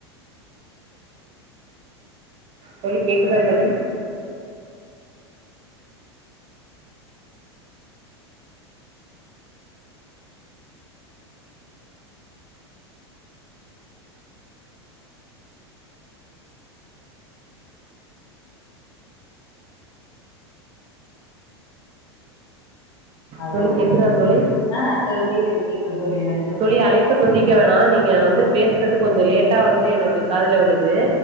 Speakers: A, on the right (about 40°); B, on the left (about 80°).
A: தோழி கேக்குதா தோழி
B: அலோ
A: தோழி கேக்குதா தோழி?
B: ஆ தோழ் கேக்குது கேக்குது தோழி எனக்கு
A: தோழி அழைப்ப துண்டிக்க வேணா நீங்க வந்து பேஸ்றது கொஞ்சோ லேட்டா வந்து எனக்கு காதுல விழுது